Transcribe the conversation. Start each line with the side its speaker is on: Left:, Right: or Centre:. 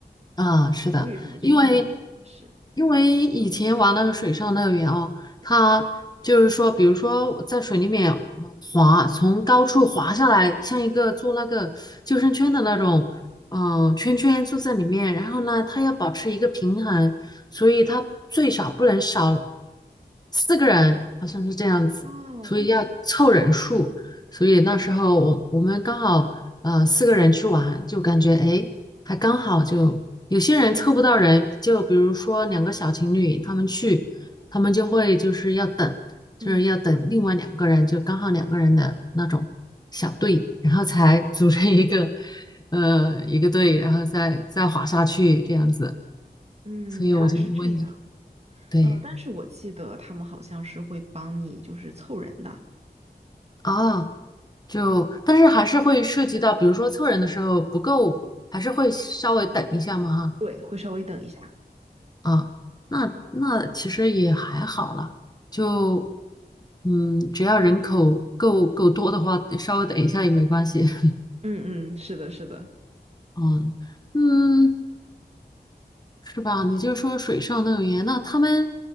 Left: 啊，是的，
Right: 情侣什么去也不合适。
Left: 因为因为以前玩那个水上乐园哦，它就是说，比如说我在水里面嗯滑，从高处滑下来，像一个做那个救生圈的那种，嗯、圈圈坐在里面，然后呢，它要保持一个平衡，所以它最少不能少四个人，好像是这样子，
Right: 哦，
Left: 所以要凑人数，所以那时候我我们刚好呃四个人去玩，就感觉哎。诶还刚好就有些人凑不到人，就比如说两个小情侣，他们去，他们就会就是要等，
Right: 嗯
Left: 就是要等另外两个人，就刚好两个人的那种小队，然后才组成一个呃一个队，然后再再滑下去这样子。
Right: 嗯，
Left: 所以我就会问你，
Right: 原来是这样。
Left: 对
Right: 呃，但是我记得他们好像是会帮你就是凑人的，
Left: 啊，就但是还是会涉及到，比如说凑人的时候不够，还是会稍微等一下嘛哈。
Right: 对，会稍微等一下。
Left: 啊，那那其实也还好了，就嗯，只要人口够够多的话，稍微等一下也没关系。<laughs>
Right: 嗯嗯，是的，是的。
Left: 嗯嗯，是吧？你就说水上乐园，那他们